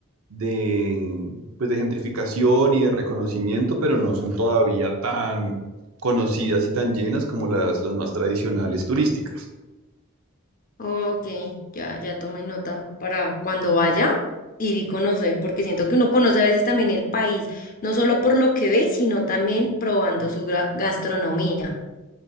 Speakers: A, on the right (about 75°); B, on the left (about 40°).
A: de, pues de gentrificación y de reconocimiento, pero no son todavía tan conocidas y tan llenas como las, las más tradicionales turísticas.
B: Ok, ya, ya tomé nota para cuando vaya ir y conocer, porque siento que uno conoce a veces también el país, no solo por lo que ve, sino también probando su gra- gastronomía.